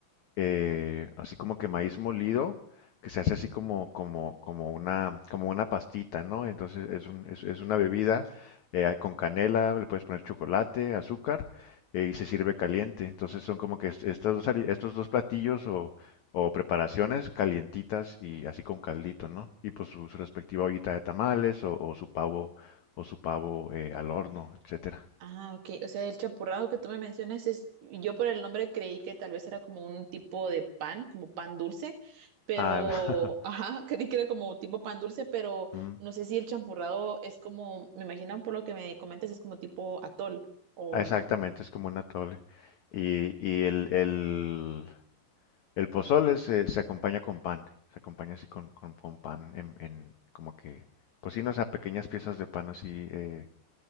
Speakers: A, on the left (about 85°); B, on the right (about 70°).
A: eh, así como que maíz molido, que se hace así como, como, como una, como una pastita, ¿no? Entonces es un- es, es una bebida eh, con canela, le puedes poner chocolate, azúcar, eh, y se sirve caliente. Entonces son como que est- estas dos, ali- estos dos platillos o, o preparaciones calientitas y así con caldito, ¿no? Y pues su, su respectiva ollita de tamales o, o su pavo, o su pavo eh, al horno, etcétera.
B: Ah, ok. O sea, el champurrado que tú me mencionas es, yo por el nombre creí que tal vez era como un tipo de pan, como pan dulce, pero,
A: Ah,
B: ajá, <laughs> creí que era como tipo pan dulce, pero
A: <laughs>
B: no sé si el champurrado es como, me imagino por lo que me comentas, es como tipo atol o
A: Ah, Exactamente,
B: no.
A: es como un atole. Y, y el, el, el pozole se, se acompaña con pan, se acompaña así con, con, con pan en, en como que, pues sí, no, o sea, pequeñas piezas de pan así eh,